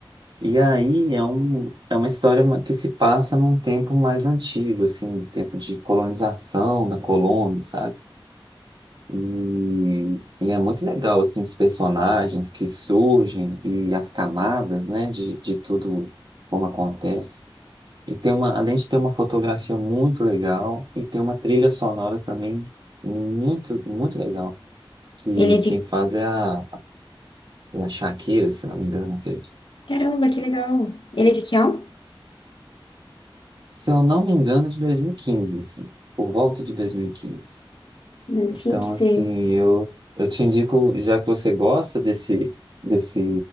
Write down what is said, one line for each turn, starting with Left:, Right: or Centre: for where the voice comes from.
Right: E aí é, um, é uma história ma- que se passa num tempo mais antigo, assim, tempo de colonização da Colômbia, sabe? E, e é muito legal, assim, os personagens que surgem e as camadas, né, de, de tudo como acontece. E tem uma, além de ter uma fotografia muito legal, e tem uma trilha sonora também muito, muito legal, que
Left: Ele é de
Right: quem faz é a, é a Shakira, se não me engano, até.
Left: Caramba, que legal. Ele é de que ano?
Right: Se eu não me engano, é de 2015, assim, por volta de 2015.
Left: Não
Right: Então,
Left: tinha que ser.
Right: assim, eu, eu te indico, já que você gosta desse, desse